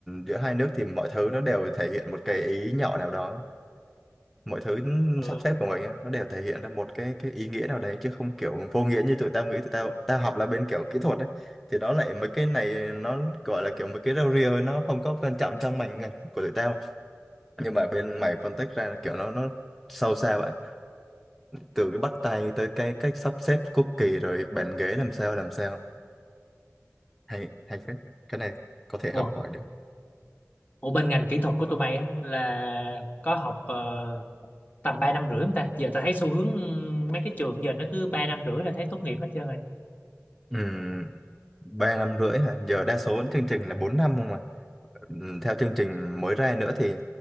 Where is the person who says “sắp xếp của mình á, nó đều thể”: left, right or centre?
Centre